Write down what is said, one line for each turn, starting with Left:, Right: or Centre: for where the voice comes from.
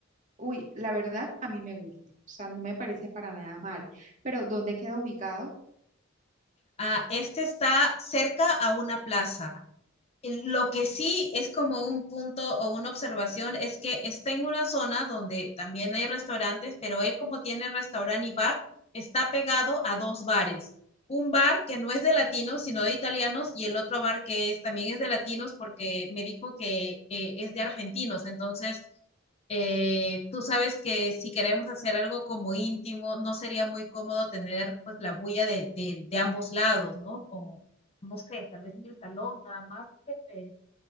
Right: Uy, la verdad a mí me gusta, o sea, no me parece para nada mal, pero ¿dónde queda ubicado?
Left: Ah, este está cerca a una plaza. Lo que sí es como un punto o una observación es que está en una zona donde también hay restaurantes, pero él como tiene restaurante y bar, está pegado a dos bares. Un bar que no es de latinos, sino de italianos, y el otro bar que es, también es de latinos porque me dijo que eh, es de argentinos. Entonces, eh, tú sabes que si queremos hacer algo como íntimo, no sería muy cómodo tener pues la bulla de, de, de ambos lados, ¿no? O, no sé, tal vez en el salón, nada más que